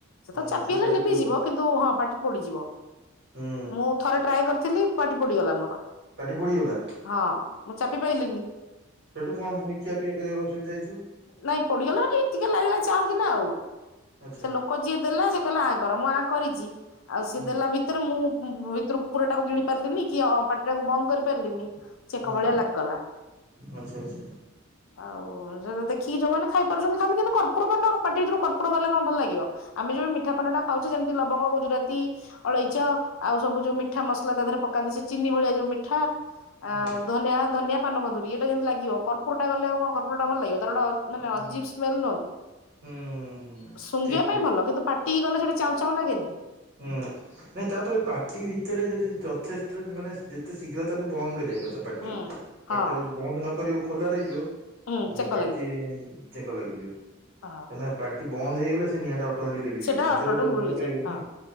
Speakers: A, on the left; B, on the right.
A: ସେ
B: ହୁଁ
A: ତ ଚାପି ହେଲେ
B: ପାଟି
A: ଲିଭିଯିବ।
B: ପୋଡିଦଉ
A: କିନ୍ତୁ ହଁ ପାଟି ପୋଡିଯିବ।
B: ହୁଁ
A: ମୁଁ ଥରେ ଟ୍ରାଏ କରିଥିଲି ପାଟି ପୋଡିଗଲା ମୋର।
B: ପାଟି ପୋଡିଗଲା
A: ହଁ ମୁଁ ଚାପି ପାଇଲିିନି।
B: ସେଠୁ କଣ ପୁଣିି ଖିଆ ପିଆ କରିଆକୁ ଅସୁବିଧା ହେଇଥିବ।
A: ନାଇଁ ପୋଡିଗଲା ବୋଲି ଟିକେ ଲାଗିଲା ଚାଉଁ କିିନା ଆଉ।
B: ଆଚ୍ଛା।
A: ସେ ଲୋକ୍ ଲୋକ ଯିଏ ଦେଲା ସେ କହିଲା ଆଁ କର ମୁଁ ଆ କରିଛି। ଆଉ ସିଏ
B: ହୁଁ
A: ଦେଲା ଭିତ୍ ଭିତରେ ମୁଁ ଉଁ ଭିତୁରୁକୁ ପୁରା ଟା ଗିଳି ପାରିଲିନି କି ଅଁ ପାଟି ଟାକୁ ବନ୍ଦ କରି ପାରିଲିନି। ଚେକ
B: ହୁଁ
A: ଭଳିଆ ଲାଗିଗଲା।
B: ଆଚ୍ଛା ଆଚ୍ଛା
A: ଆଉ ଯ ଦେଖିକି ଯୋଉମାନେ ଖାଇପାରୁଛନ୍ତି ଖାନ୍ତୁ କିନ୍ତୁ କର୍ପୁର ପାନ ପାଟି ଭିତରୁକୁ କର୍ପୁର ଗଲେ କଣ ଭଲ ଲାଗିବ। ଆମେ ଯୋଉ ମିଠା ପାନ ଟା ଖାଉଛେ ଯେମିତି ଲବଙ୍ଗ, ଗୁଜୁରାତି, ଅଳେଇଚ, ଆଉ ସବୁ ଯୋଉ ମିଠା ମସ୍ ସଲା ତା ଦେହରେ ପକାନ୍ତି ସେ ଚିନି ଭଳିଆ ଯୋଉ ମିଠା
B: ହୁଁ
A: ଆଉ ଧନିଆ ଧନିଆ, ପାନମଧୁରୀ ଏ କଲେ ଯେମିତି ଲାଗିବ କର୍ପୁରଟା ଗଲେ ଆଉ କଣ କର୍ପୁର ଟା ଭଲ ଲାଗିବ। ତାର ଗୋଟେ ଅ ମାନେ ଆଜିବି
B: ହୁଁ
A: ସ୍ମେଲ୍ ନୁହଁର କି।
B: ହୁଁ ହୁଁ
A: ଶୁଙ୍ଗିବା
B: ଠିକ ଠିକ।
A: ପାଇଁ ଭଲ କିନ୍ତୁ ପା ଟି ଗଲେ ସେଟା ଚାଉଁ ଚାଉଁ ଲାଗେନି।
B: ହୁଁ। ନାଇଁ ତାପରେ ପାଟି ଭିତେରେ ଯଦି ଯଥେଷ୍ଟ ମାନେ ଯେତେ ଶୀଘ୍ର ତାକୁ ବନ୍ଦ କରିଆ କଥା। ପାଟିଟାକୁ
A: ହୁଁ
B: ପାଟିଟାକୁ
A: ହଁ।
B: ଯୋଉ ବନ୍ଦ ନ କରିବ ଖୋଲା ରହିଯିବ।
A: ହୁଁ
B: ଉଁ
A: ଚେଙ୍କ
B: ପାଟି ଚେଙ୍କ ଲାଗିଯିବ।
A: ଅହ।
B: ନା ପାଟି ବନ୍ଦ ହେଇଗଲେ ସେ ନିଆଁ ଟା ଅଟୋମେଟିକ ଲିଭି
A: ସେଟା
B: ଯିବ। ଭିତର
A: ଅଟୋ ଅଟୋ
B: କୁ ଆଉ
A: ମିଳିଯାଏ
B: ଏୟାର ପାଇବନି
A: ହଁ।
B: ନା